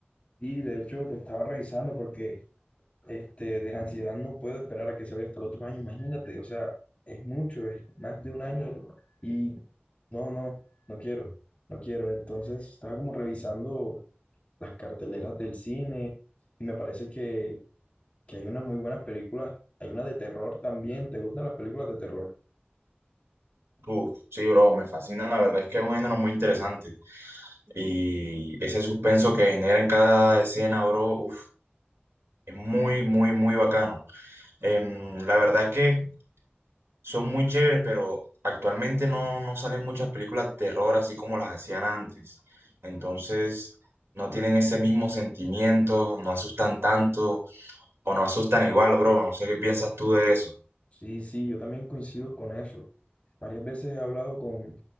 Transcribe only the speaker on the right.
Uf, sí, bro, me fascina, la verdad es que es un género muy interesante y ese suspenso que genera en cada escena, bro, uf, es muy, muy, muy bacano. Em, la verdad es que son muy chéveres, pero actualmente no, no salen muchas películas de terror así como las hacían antes. Entonces, no tienen ese mismo sentimiento, no asustan tanto o no asustan igual, bro, no sé qué piensas tú de eso.